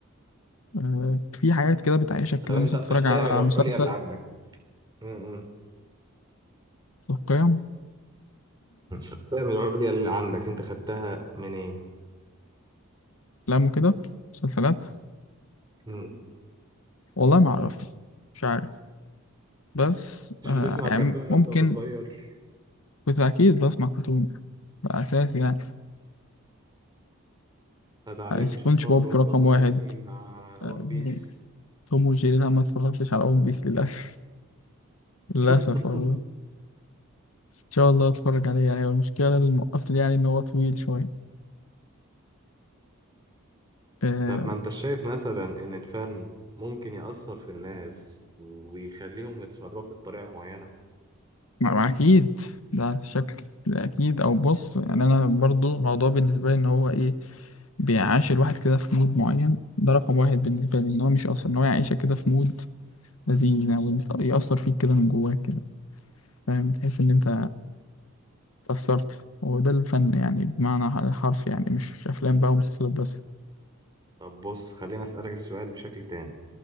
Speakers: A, on the left; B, on the right.
A: أه، في حاجات كده بتعيشك
B: طب
A: كده
B: انت
A: مثلا
B: القيم
A: تتفرج على
B: العليا
A: مسلسل
B: اللي عندك امم
A: القيم
B: القيم العليا اللي عندك انت خدتها منين
A: الأفلام وكده مسلسلات
B: مم.
A: والله ما أعرف مش عارف بس
B: كنتش
A: أه،
B: <laughs> بتسمع
A: يعني
B: كرتون يا
A: ممكن
B: اسطى وانت صغير
A: كنت أكيد بسمع كرتون ده أساسي يعني
B: ما اتعلمتش
A: سبونج
B: الصبر
A: بوب
B: والتصميم
A: رقم واحد
B: مع وان
A: أه،
B: بيس
A: توم وجيري لا ما اتفرجتش على ون بيس للأسف للأسف
B: <laughs>
A: والله شاء الله اتفرج عليه يعني هو المشكله اللي موقفني يعني ان هو طويل شويه آه
B: طب ما انت شايف مثلا ان الفن ممكن يأثر في الناس ويخليهم يتصرفوا بطريقة معينة
A: ما ما اكيد ده شكل ده اكيد او بص يعني انا برضو الموضوع بالنسبه لي ان هو ايه بيعاش الواحد كده في مود معين ده رقم واحد بالنسبه لي ان هو مش اصلا ان هو يعيشك كده في مود لذيذ يعني وإنت- يأثر فيك كده من جواك كده فاهم تحس ان انت اتأثرت وده الفن يعني بمعنى الحرف يعني مش افلام بقى ومسلسلات بس
B: طب بص خلينا أسألك السؤال بشكل تاني